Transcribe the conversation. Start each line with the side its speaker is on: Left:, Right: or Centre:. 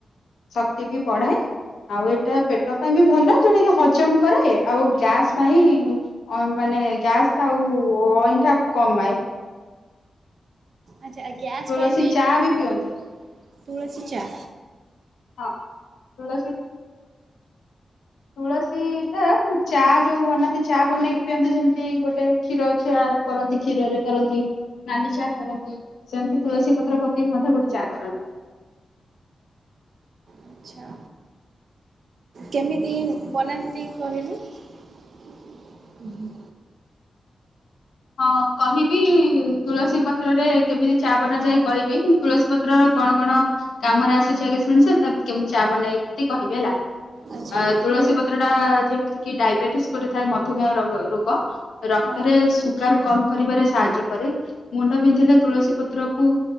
Left: ଶକ୍ତି ବିି ବଢାଏ। ଆଉ ଏଇଟା ପେଟ ପାଇଁ ବି ଭଲ ଯୋଉଟା କି ହଜମ କରେ ଆଉ ଗ୍ୟାସ ପାଇଁ ଅ ମାନେ ଗ୍ୟାସ ଆଉ ଅଇଁଠାବ କମାଏ।
Right: ଆଚ୍ଛା ଆ ଗ୍ୟାସ୍
Left: ତୁଳସୀ
Right: ପାଇଁ ବି
Left: ଚା
Right: ତୁଳସୀ
Left: ପିଅନ୍ତି
Right: <unintelligible> ତୁଳସୀ ଚା
Left: ହଁ ତୁଳସୀ ତୁଳସୀ ଟା ମୁଁ ଚା ଯୋଉ ବନାନ୍ତି ଚା ବନେଇକି ପିଅନ୍ତି ଯେମିତି ଗୋଟେ କ୍ଷୀର ଚା କରନ୍ତି କ୍ଷୀରରେ କରନ୍ତି ନାଲି ଚା କରନ୍ତି। ସେମିତି ତୁଳସୀ ପତ୍ର ପକେଇକି ମଧ୍ୟ ଗୋଟେ ଚା କରନ୍ତି।
Right: ଆଚ୍ଛା। କେମିତି ବନାନ୍ତି ଟିକେ କହିଲୁ? <inaudible> ହୁଁ ହୁଁ।
Left: ହଁ କହିବି ତୁଳସୀ ପତ୍ରରେ କେମିତି ଚା ବନାଯାଏ କହିବି। ତୁଳସୀ ପତ୍ର କଣ କଣ କାମରେ ଆସୁଛି ଆଗେ ଶୁଣିଛ ତାପ କେମିତି ଚା ବନେଇ ଏମ୍ ତି କହିବି ହେଲା।
Right: ଆଚ୍ଛା।
Left: ଅ ତୁଳସୀ ପ ପତ୍ରଟା ଯେମିତିକି ଡାଇବେଟିସ୍ ଗୋଟେ ଥାଏ ମୁମେହ ରଗ ରୋଗ ରକ୍ତରେ
Right: ହଁ
Left: ସୁ ଗାର୍ କମ୍ କରିବାରେ ସାହାଯ୍ୟ କରେ। ମୁଣ୍ଡ ବିନ୍ଧିଲେ ତୁଳସୀ ପତ୍ର କୁ